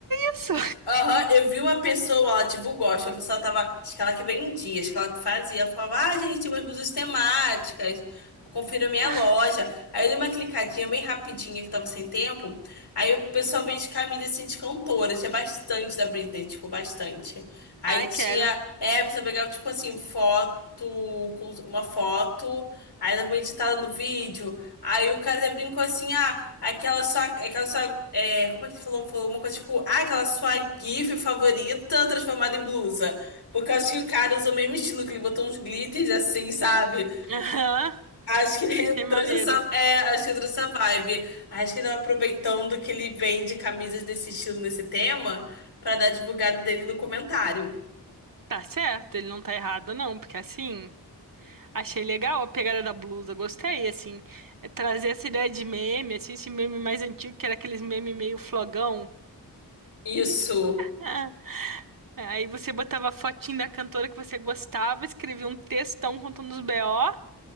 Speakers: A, on the right (about 55°); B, on the left (about 80°).
A: Isso!
B: Aham, eu vi uma pessoa, ela divulgou, acho que a pessoa tava, acho que ela que vendia, acho que ela que fazia, ela falava, ah, gente, umas blusas temáticas, confira minha
A: <laughs>
B: loja. Aí eu dei uma clicadinha bem rapidinha que eu tava sem tempo, aí o pessoal vende camisa assim de cantora, tinha bastante da Britney, tipo, bastante. Aí
A: Ai,
B: tinha,
A: quero.
B: é, você pegava, tipo assim, foto, com uma foto, aí ela foi editada no vídeo, aí o cara até brincou assim, ah, Aquela sua. Aquela sua. é, como é que ele falou? Falou uma coisa tipo. Ah, aquela sua GIF favorita transformada em blusa. Porque eu acho que o cara usou o mesmo estilo, que ele botou uns glitters assim, sabe?
A: Aham,
B: Acho que ele
A: achei
B: <laughs> trouxe
A: maneiro.
B: essa. É, acho que ele trouxe essa vibe. Acho que ele tava aproveitando que ele vende camisas desse estilo, nesse tema, pra dar a divulgada dele no comentário.
A: Tá certo, ele não tá errado, não, porque assim. Achei legal a pegada da blusa, gostei, assim, é, trazer essa ideia de meme, assim, esse meme mais antigo, que era aqueles meme meio flogão.
B: Isso.
A: Ah, é, aí você botava a fotinho da cantora que você gostava, escrevia um textão contando os BO,